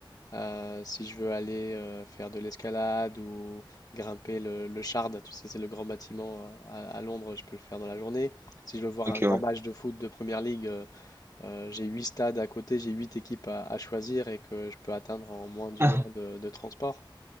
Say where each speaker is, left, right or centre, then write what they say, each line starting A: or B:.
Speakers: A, on the left; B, on the right.
A: Euh, si je veux aller euh, faire de l'escalade ou grimper le, le Shard, tu sais, c'est le grand bâtiment euh, à, à Londres, je peux le faire dans la journée. Si je veux voir
B: ok,
A: un grand match de foot de Première Ligue, euh, euh, j'ai huit stades à côté, j'ai huit équipes à, à choisir et que je peux atteindre en moins d'une
B: ouais. <laughs>
A: heure de, de transport.